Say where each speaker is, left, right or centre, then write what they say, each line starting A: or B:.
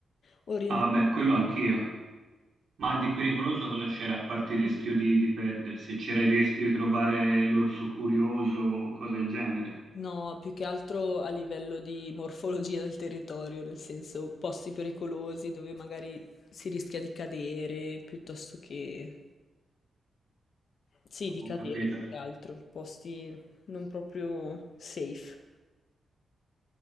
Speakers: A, on the left; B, on the right.
A: orientarti.
B: Ah, vabbè, quello anch'io. Ma di pericoloso cosa c'era a parte il rischio di, di perdersi? C'era il rischio di trovare l'orso curioso o cose del genere?
A: No, più che altro a livello di morfologia del territorio, nel senso posti pericolosi dove magari si rischia di cadere, piuttosto che... Sì, di
B: Ho
A: cadere
B: capito,
A: più che altro, posti non proprio safe.